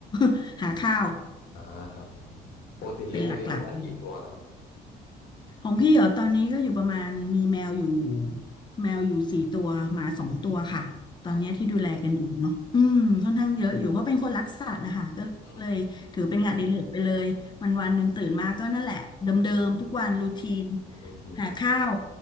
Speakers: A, on the left; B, on the left.
A: <laughs> หาข้าว
B: อ่าครับปกติเลี้ยงเลี้ยงประมาณกี่ตัวนะครับ
A: เป็นหลักๆเลย ของพี่เหรอตอนนี้ก็อยู่ประมาณมีแมวอยู่แมวอยู่สี่ตัวหมาสองตัวค่ะตอนเนี้ยที่ดูแลกันอยู่เนาะอืมค่อนข้างเยอะอยู่เพราะเป็นคนรักสัตว์นะคะก็เลยถือเป็นงานอดิเรกไปเลยวันวันหนึ่งตื่นมาก็นั่นแหละเดิมๆทุกวันรูทีน
B: ครับอืมเป็นรูทีนใช่ไหม
A: หาข้าว